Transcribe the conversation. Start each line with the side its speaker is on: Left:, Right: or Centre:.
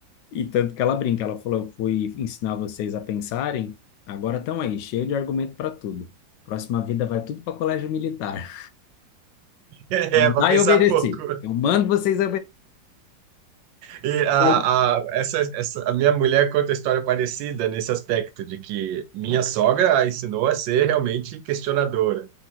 Left: E tanto que ela brinca, ela falou, eu fui ensinar vocês a pensarem, agora estão aí, cheio de argumento para tudo. Próxima vida vai tudo para colégio militar.
Right: É,
Left: Mandar
Right: para pensar
Left: e obedecer.
Right: pouco.
Left: Eu mando vocês
Right: E a,
Left: obedecerem.
Right: a, essa, essa, a minha mulher conta história parecida nesse aspecto, de que minha sogra a ensinou a ser realmente questionadora.